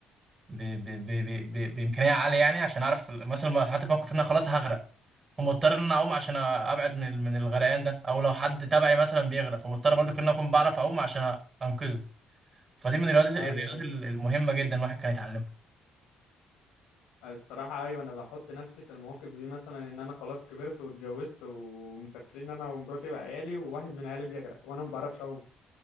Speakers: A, on the right; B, on the left.
A: ب... ب... ب... ب... ب... بامكانيه عاليه يعني عشان اعرف مثلا لو اتحطيت في موقف ان انا خلاص هغرق فمضطر ان انا اعوم عشان ابعد من ال- من الغرقان ده او لو حد تبعي مثلا بيغرق فمضطر برضو ان انا اكون بعرف اعوم عشان انقذه فدي من الرياضات الرياضات
B: ايوه ايوه
A: المهمه جدا الواحد كان يتعلمها
B: الصراحه ايوه انا بحط نفسي في المواقف دي مثلا ان انا خلاص كبرت واتجوزت ومسافرين انا ومراتي وعيالي وواحد من عيالي بيغرق وانا ما بعرفش اعوم